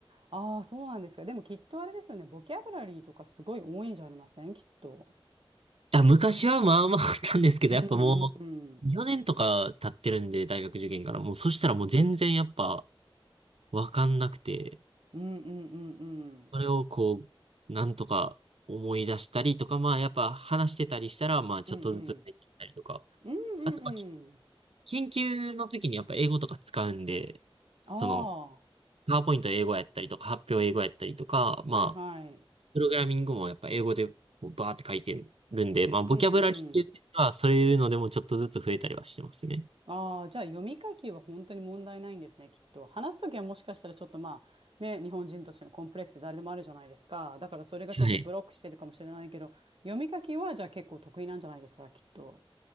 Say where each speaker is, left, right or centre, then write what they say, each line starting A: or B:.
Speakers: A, on the right (about 65°); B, on the right (about 80°).
A: ああ、そうなんですか。でもきっとあれですよね。ボキャブラリーとかすごい多いんじゃありませんきっと。
B: あ、昔はまあまああったんですけど、
A: うんうんうん。
B: やっぱもう、4年とか経ってるんで、大学受験から。もう、そしたらもう全然やっぱ、わかんなくて、
A: うんうんうんうん。
B: それをこう、なんとか思い出したりとか、まあやっぱ話してたりしたら、まあちょっとずつできたりとか。
A: うんうん。うんうんうん。
B: あとは、き研究の時にやっぱ英語とか使うんで、
A: ああ、
B: その、パワーポイント英語やったりとか、発表英語やったりとか、まあ、
A: はいはい。
B: プログラミングもやっぱ英語でこうバーって書いてるんで、まあ、ボキャブラリーっていうのは、
A: うんうんうんうん
B: そういうのでもちょっとずつ増えたりはしてますね。
A: ああ、じゃあ読み書きは本当に問題ないんですね、きっと。話すときはもしかしたらちょっとまあ、ね、日本人としてのコンプレックスで誰でもあるじゃないですか。だからそれがちょっとブロックしてるかもしれないけど、
B: はい。
A: 読み書きはじゃあ結構得意なんじゃないですか、きっと。